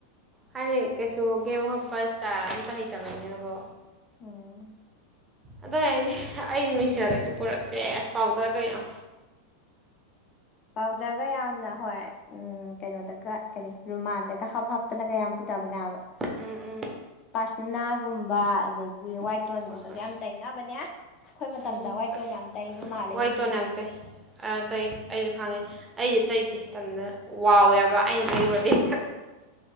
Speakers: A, on the right; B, on the left.
A: ꯍꯥꯏꯗꯤ ꯀꯩꯁꯨ ꯀꯦꯕ ꯈꯣꯠꯄ ꯏꯁ꯭ꯇꯥꯔ ꯑꯝꯇ ꯍꯩꯇꯕꯅꯤꯅꯀꯣ
B: ꯎꯝ
A: ꯑꯗꯨ ꯑꯣꯏꯗꯤ ꯑꯩꯗꯤ ꯃꯤꯡꯁꯤꯜꯂꯒꯗꯤ ꯄꯨꯔꯛꯇꯦꯁ ꯄꯥꯎꯗꯔ ꯀꯌꯥꯝ
B: ꯄꯥꯎꯗꯔꯒ ꯌꯥꯝꯅ ꯍꯣꯏ ꯎꯝ ꯀꯩꯅꯣꯗꯒ ꯀꯔꯤ ꯔꯨꯃꯥꯟꯗꯒ ꯍꯥꯞ ꯍꯥꯞꯇꯅꯒ ꯌꯥꯝ ꯄꯨꯅꯕꯅꯦ ꯍꯥꯏꯕ
A: ꯎꯝ ꯎꯝ
B: ꯄꯔꯁꯅꯥꯒꯨꯝꯕ ꯑꯗꯒꯤ ꯋꯥꯏꯠ ꯇꯣꯟꯒꯨꯝꯕꯖꯦ
A: ꯍꯣꯏ ꯍꯣꯏ
B: ꯌꯥꯝ ꯇꯩꯅꯅꯕꯅꯦ ꯑꯩꯈꯣꯏ ꯃꯇꯝꯗ
A: ꯎꯝ
B: ꯋꯥꯏꯠꯇꯣꯟ
A: ꯑꯁ
B: ꯌꯥꯝ ꯇꯩꯕ ꯃꯥꯜꯂꯦ
A: ꯋꯥꯏ
B: ꯃꯤꯁꯤꯡꯖꯦ
A: ꯇꯣꯟ ꯌꯥꯝ ꯇꯩ ꯇꯩ ꯑꯩꯁꯨ ꯈꯪꯉꯦ ꯑꯩꯗꯤ ꯇꯩꯗꯦ ꯇꯟꯗꯅ ꯋꯥꯎꯋꯦꯕ ꯑꯩꯅ ꯇꯩꯔꯨꯔꯗꯤ‌ ꯍꯦꯛꯇ